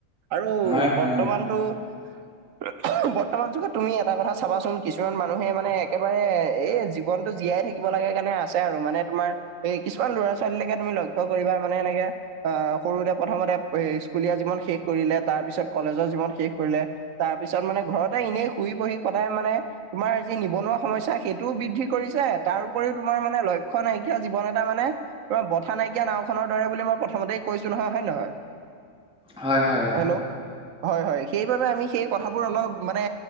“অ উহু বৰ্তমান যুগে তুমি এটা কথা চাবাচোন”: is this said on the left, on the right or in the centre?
Right